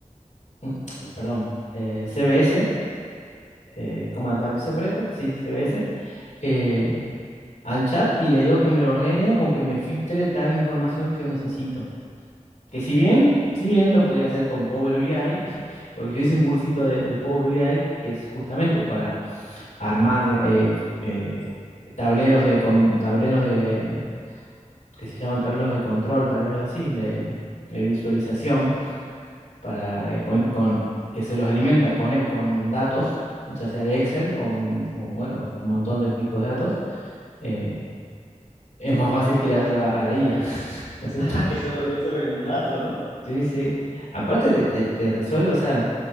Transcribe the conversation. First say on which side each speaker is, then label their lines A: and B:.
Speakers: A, on the left (about 65°); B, on the left (about 80°).
A: mm, perdón, eh, CVS eh, como Advice Separated, sí, CBS, eh, al chat y le digo que me lo ordene o que me filtre tal información que yo necesito. Que si bien, si bien lo podría hacer con Power BI, <laughs> porque yo hice un cursito de, de Power BI que es justamente
B: Ya,
A: para armar eh, eh, tableros de con, tableros de que se llaman tableros de control, tableros así de, de visualización para, eh, con, con- que se los alimenta con, eh, con datos, ya sea de Excel o, un- o, bueno, un montón de tipos de datos, eh, es más fácil tirárselo a, a la IA, <laughs> ¿no
B: <laughs>
A: es cierto?
B: Que te lo resuelva en un rato, ¿no?
A: Sí, sí. Aparte te, te- te resuelve, o sea,